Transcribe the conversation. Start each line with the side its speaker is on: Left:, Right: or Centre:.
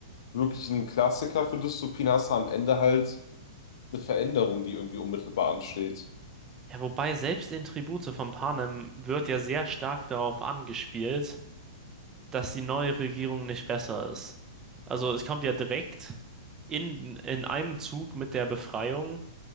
Left: wirklichen Klassiker für Dystopien, hast du am Ende halt eine Veränderung, die irgendwie unmittelbar ansteht.
Right: Ja, wobei selbst in Tribute von Panem wird ja sehr stark darauf angespielt, dass die neue Regierung nicht besser ist. Also es kommt ja direkt in, in einem Zug mit der Befreiung,